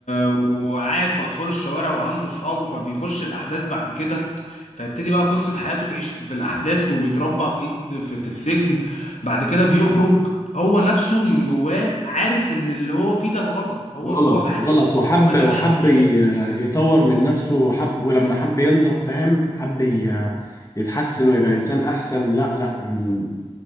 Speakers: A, on the left; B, on the left.
A: وقاعد في أطفال الشوارع وعنده صحابه فبيخش الأحداث بعد كده فيبتدي بقى قصة حياته تعيش في في الأحداث وبيتربى في إيد في, في السجن بعد كده بيخرج هو نفسه من جواه عارف إن اللي هو فيه ده غلط هو
B: غلط
A: هو حاسس
B: غلط
A: إن اللي
B: وحب
A: جواه ده
B: وحب
A: فعلا مش
B: ي-
A: حلو
B: يطور من نفسه وحب ولما حب ينضف فاهم حب ي- يتحسن ويبقى إنسان أحسن لا لا ال-